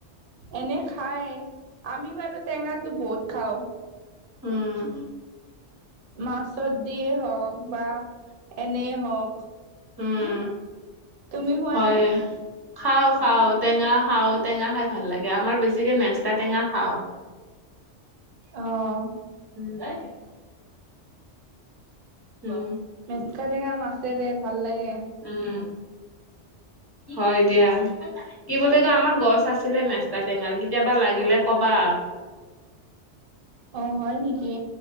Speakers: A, on the right; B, on the right.
A: এনে খাই আমি বাৰু টেঙাটো বহুত খাওঁ
B: উম।
A: মাছত দিয়ে হওক বা এনে হওক
B: উম
A: তুমি খোৱা
B: হয়
A: নে?
B: খাও খাও টেঙা খাও টেঙা খাই ভাল লাগে আমাৰ বেছিকে মেচতা টেঙা খাও, <unintelligible>
A: অঁ
B: <unintelligible> উম।
A: মেচকা টেঙা মাছেৰে ভাল লাগে
B: উম, হয় দিয়া কি বুলি কয় আমাৰ গছ আছিলে নেস্তা টেঙাৰ কেতিয়াবা লাগিলে কবা
A: অ হয় নেকি